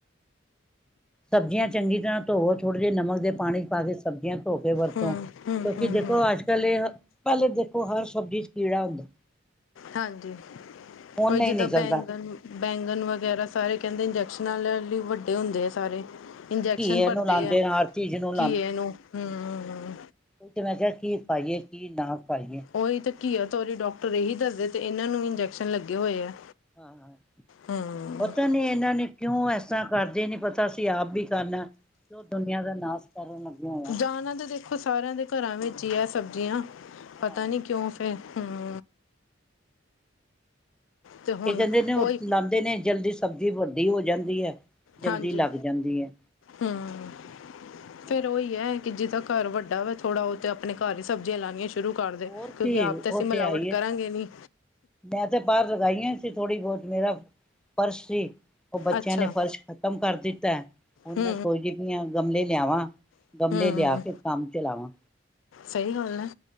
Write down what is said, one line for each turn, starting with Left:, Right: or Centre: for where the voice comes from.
Centre: ਸਬਜ਼ੀਆਂ ਚੰਗੀ ਤਰ੍ਹਾਂ ਧੋਵੋ, ਥੋੜੇ ਦੇਰ ਨਮਕ ਦੇ ਪਾਣੀ ਚ ਪਾ ਕੇ ਸਬਜ਼ੀਆਂ ਧੋ ਕੇ ਵਰਤੋਂ।
Left: ਹਮ
Centre: ਕਿਉਂਕਿ,
Left: ਹਮ ਹਮ
Centre: ਦੇਖੋ
Left: ਹਮ
Centre: ਅੱਜ-ਕੱਲ ਇਹ, ਪਹਿਲੇ ਦੇਖੋ ਹਰ ਸਬਜ਼ੀ ਚ ਕੀੜਾ ਹੁੰਦਾ।
Left: ਹਾਂਜੀ,
Centre: ਹੁਣ
Left: ਉਈ
Centre: ਨਹੀਂ
Left: ਜਿੱਦਾਂ
Centre: ਨਿਕਲਦਾ
Left: ਬੈਂਗਨ ਬੈਂਗਨ ਵਗੈਰਾ ਸਾਰੇ ਕਹਿੰਦੇ ਇੰਜੈਕਸ਼ਨਾਂ ਨਾਲ ਹੀ ਵੱਡੇ ਹੁੰਦੇ ਆ ਸਾਰੇ। ਇੰਜੈਕਸ਼ਨ
Centre: ਘੀਏ
Left: ਭਰਦੇ
Centre: ਨੂੰ ਲਾਉਂਦੇ
Left: ਆ,
Centre: ਨੇ ਹਰ ਚੀਜ਼ ਨੂੰ
Left: ਘੀਏ ਨੂੰ ਹੂੰ।
Centre: ਉਹ ਤੇ ਮੈਂ ਕਿਹਾ ਕੀ ਖਾਈਏ ਕੀ ਨਾ ਖਾਈਏ।
Left: ਉਹੀ ਤਾਂ ਘੀਆ, ਤੋਰੀ ਡਾਕਟਰ ਇਹੀ ਦੱਸਦੇ, ਤੇ ਇਹਨਾਂ ਨੂੰ ਇੰਜੈਕਸ਼ਨ ਲੱਗੇ ਹੋਏ ਆ।
Centre: ਹਾਂ,
Left: ਹੂੰ
Centre: ਪਤਾ ਨੀ ਇਹਨਾਂ ਨੇ ਕਿਉਂ ਐਸਾ ਕਰਦੇ ਨੀ ਪਤਾ ਤੁਸੀਂ ਆਪ ਵੀ ਖਾਣਾ, ਜੋ ਦੁਨੀਆਂ ਦਾ ਨਾਸ਼ ਕਰਨ ਲੱਗੇ ਹੋਏ ਆਂ।
Left: ਖਾਣਾ ਤਾਂ ਦੇਖੋ ਸਾਰਿਆਂ ਦੇ ਘਰਾਂ ਵਿੱਚ ਹੀ ਹੈ ਸਬਜ਼ੀਆਂ, ਪਤਾ
Centre: ਹਾਂ
Left: ਨੀ ਕਿਉਂ ਫਿਰ ਹੂੰ ਤੇ ਹੁਣ
Centre: ਏ ਕਹਿੰਦੇ ਨੇ, ਉਹ
Left: ਉਹੀ
Centre: ਲਾਦੇ ਨੇ ਜਲਦੀ ਸਬਜ਼ੀ ਵੱਡੀ ਹੋ ਜਾਂਦੀ ਹੈ ਜਲਦੀ
Left: ਹਾਂਜੀ
Centre: ਲੱਗ ਜਾਂਦੀ ਹੈ।
Left: ਹੂੰ।
Centre: ਹਾਂ
Left: ਫੇਰ ਉਹੀ ਹੈ ਕਿ ਜਿਹਦਾ ਘਰ ਵੱਡਾ ਹੋਵੇ ਥੋੜਾ, ਉਹ ਤੇ ਆਪਣੇ ਘਰ ਹੀ ਸਬਜ਼ੀਆਂ ਲਾਣੀਆਂ ਸੁ ਸ਼ੁਰੂ ਕਰਦੇ,
Centre: ਹੋਰ
Left: ਕਿਉਂਕਿ
Centre: ਕੀ
Left: ਆਪ ਤਾਂ
Centre: ਉਹ
Left: ਅਸੀਂ ਮਿਲਾਵਟ
Centre: ਤੇ ਆਈ ਹੈ
Left: ਕਰਾਂਗੇ ਨੀ।
Centre: ਮੈਂ ਤੇ ਬਾਰ ਲਗਾਈਆਂ ਸੀ ਥੋੜ੍ਹੀ ਬਹੁਤ, ਮੇਰਾ ਫਰਸ਼ ਸੀ। ਉ ਬੱਚਿਆਂ
Left: ਅੱਛਾ
Centre: ਨੇ ਫ਼ਰਸ਼ ਖਤਮ ਕਰ ਦਿੱਤਾ, ਹੁਣ
Left: ਹੂੰ
Centre: ਮੈਂ ਸੋਚਦੀ ਪਈ ਆਂ ਗਮਲੇ ਲਿਆਵਾਂ।
Left: ਹੂੰ
Centre: ਗਮਲੇ ਲਿਆ
Left: ਹੂੰ
Centre: ਕੇ ਕੰਮ ਚਲਾਵਾਂ।
Left: ਸਹੀ ਗੱਲ ਹੈ,